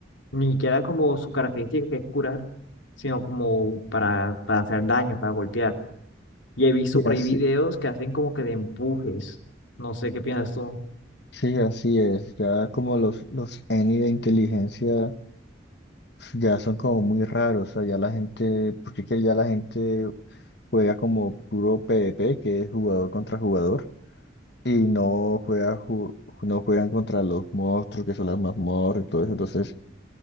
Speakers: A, on the left; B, on the left.
A: ni siquiera como su característica que es curar, sino como para, para hacer daño, para golpear. Y he visto
B: sí,
A: por
B: así,
A: ahí videos que hacen como que de empujes, no sé qué piensas tú.
B: sí, así es. Ya como los, los Eni de inteligencia ya son como muy raros. O sea, ya la gente, porque es que ya la gente juega como puro PvP, que es jugador contra jugador, y no juega, ju- no juegan contra los monstruos, que son las mazmorras y todo eso. Entonces,